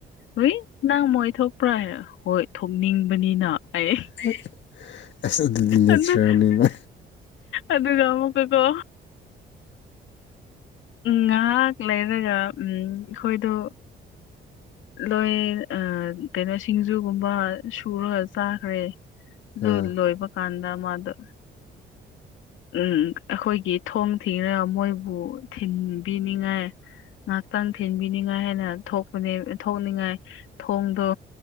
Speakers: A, on the left; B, on the left.
A: ꯍꯏ ꯅꯪ ꯃꯣꯏ ꯊꯣꯛꯄ꯭ꯔꯥ ꯍꯥꯏꯔ ꯍꯣꯏ ꯊꯣꯛꯅꯤꯡꯕꯅꯤꯅ ꯑꯩ
B: ꯐ ꯑꯗꯨꯗꯤꯅꯦ
A: ꯑꯗꯨ
B: ꯆ꯭ꯔꯅꯤꯅ
A: ꯑꯗꯨꯒ ꯑꯃꯨꯀꯀꯣ ꯉꯥꯏꯍꯥꯛ ꯂꯩꯔꯒ ꯎꯝ ꯑꯩꯈꯣꯏꯗ ꯂꯣꯏ ꯀꯩꯅꯣ ꯁꯤꯡꯖꯨꯒꯨꯝꯕ ꯁꯨꯔꯒ ꯆꯥꯈ꯭ꯔꯦ ꯑꯗꯨꯗꯨ
B: ꯑꯥ
A: ꯂꯣꯣꯏ ꯄꯀꯥꯟꯗ ꯃꯥ ꯑꯗꯨ ꯎꯝ ꯑꯩꯈꯣꯏꯒꯤ ꯊꯣꯡ ꯊꯤꯔꯒ ꯃꯣꯏꯕꯨ ꯊꯤꯟꯕꯤꯅꯤꯡꯉꯥꯏ ꯉꯥꯏꯍꯥꯛꯇꯪ ꯊꯤꯟꯕꯤꯅꯤꯡꯉꯥꯏ ꯍꯥꯏꯅ ꯊꯣꯛꯄꯅꯦ ꯊꯣꯛꯅꯤꯡꯉꯥꯏ ꯊꯣꯡꯗꯣ